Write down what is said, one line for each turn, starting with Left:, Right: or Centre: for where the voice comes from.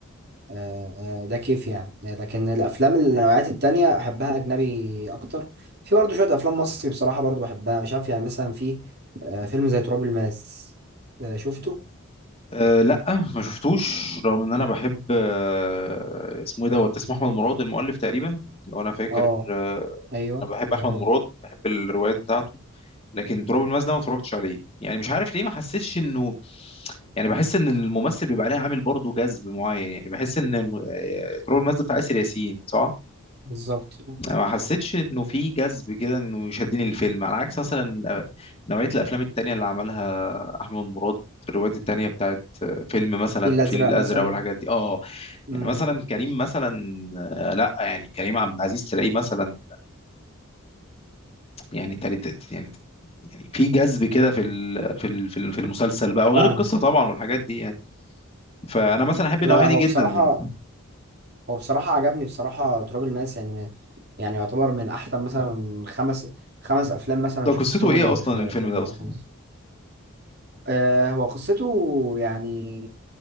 Right: آه، ده كيف يعني آه، لكن الافلام النوعيات التانية احبها اجنبي اكتر في برضه شويه افلام مصري بصراحه برضه بحبها مش عارف يعني مثلا في آه، فيلم زي تراب الماس آه، شفته
Left: أه لا ما شفتوش رغم ان انا بحب أه اسمه ايه دوت اسمه احمد مراد المؤلف تقريبا لو انا فاكر
Right: اه
Left: أه
Right: ايوه
Left: انا بحب احمد
Right: مظبوط
Left: مراد بحب الروايات بتاعته لكن تراب الماس ده ما اتفرجتش عليه يعني مش عارف ليه ما حسيتش انه يعني بحس ان الممثل بيبقى عليه عامل برضه جذب معين يعني بحس ان الم- آه، تراب الماس ده بتاع ياسر ياسين صح
Right: بالظبط
Left: انا ما حسيتش انه في جذب كده انه يشدني الفيلم على عكس مثلا نوعيه الافلام التانية اللي عملها احمد مراد الروايات التانية بتاعت فيلم مثلا
Right: في
Left: الفيل
Right: الازرق
Left: الازرق
Right: مثلا
Left: والحاجات دي اه
Right: امم
Left: يعني مثلا كريم مثلا آه، لا يعني كريم عبد العزيز تلاقيه مثلا يعني تالت يعني يعني في جذب كده في ال- في ال- في ال- في المسلسل بقى وغير
Right: فاهمه
Left: القصه طبعا والحاجات دي يعني فانا مثلا احب النوعيه
Right: لا لا هو
Left: دي جدا
Right: بصراحه
Left: يعني
Right: هو بصراحه عجبني بصراحه تراب الماس يعني ما- يعني يعتبر من احسن مثلا خمس خمس افلام مثلا
Left: ده
Right: شفتهم
Left: قصته ايه اصلا
Right: في
Left: الفيلم ده اصلا
Right: في مصر آه، هو قصته يعني